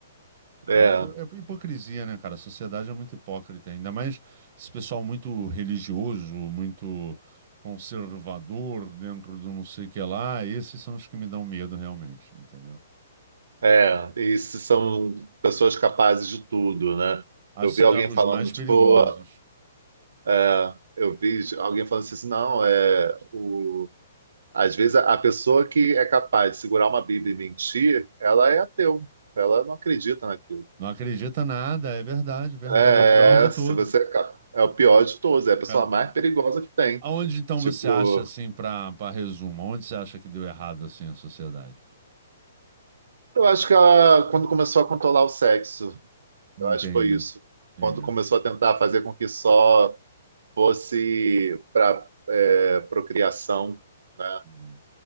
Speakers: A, on the right; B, on the right.
A: é.
B: É hipo- é hipocrisia, né, cara? A sociedade é muito hipócrita, ainda mais esse pessoal muito religioso, muito conservador dentro do não sei o que lá. Esses são os que me dão medo, realmente, entendeu?
A: É, e se são pessoas capazes de tudo, né?
B: As-
A: Eu vi
B: eh,
A: alguém
B: os
A: falando,
B: mais perigosos.
A: tipo, é, eu vi alguém falando assim, não, é, o, às vezes a, a pessoa que é capaz de segurar uma Bíblia e mentir, ela é ateu, ela não acredita naquilo.
B: Não acredita nada, é verdade, verdade,
A: É,
B: é o pior de todos.
A: se você é, cap- é o pior de todos, é a pessoa
B: É.
A: mais perigosa que tem.
B: Aonde então
A: Tipo,
B: você acha assim para para resumo? Onde você acha que deu errado assim a sociedade?
A: eu acho que ela, quando começou a controlar o sexo,
B: Entendi,
A: eu acho que foi isso.
B: entendi.
A: Quando começou a tentar fazer com que só fosse para é, procriação, né?
B: Hum.